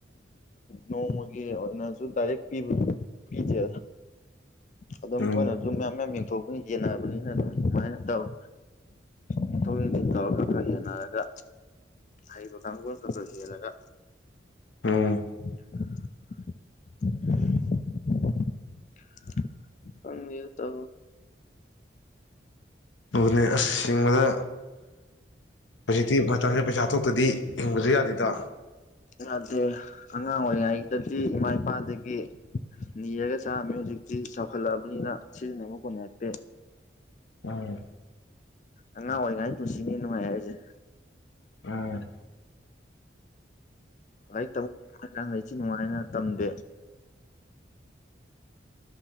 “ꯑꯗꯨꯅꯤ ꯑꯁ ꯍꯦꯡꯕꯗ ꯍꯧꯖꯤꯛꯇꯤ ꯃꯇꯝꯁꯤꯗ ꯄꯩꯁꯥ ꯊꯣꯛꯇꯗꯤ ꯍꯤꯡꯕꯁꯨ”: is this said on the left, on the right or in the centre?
Left